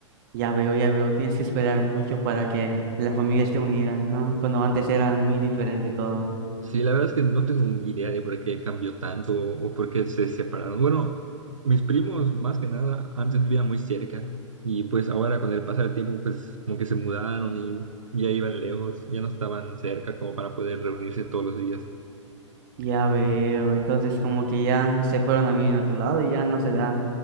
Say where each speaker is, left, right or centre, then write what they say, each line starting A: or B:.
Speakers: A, on the right; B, on the right.
A: Ya veo, ya veo, tienes que esperar mucho para que la familia esté unida, ¿no? Cuando antes era muy diferente todo.
B: Sí, la verdad es que no tengo idea de por qué cambió tanto o por qué se separaron. Bueno, mis primos más que nada antes vivían muy cerca y pues ahora con el pasar del tiempo pues como que se mudaron y ya iban lejos, ya no estaban cerca como para poder reunirse todos los días.
A: Ya veo, entonces como que ya se fueron a vivir en otro lado y ya no se da,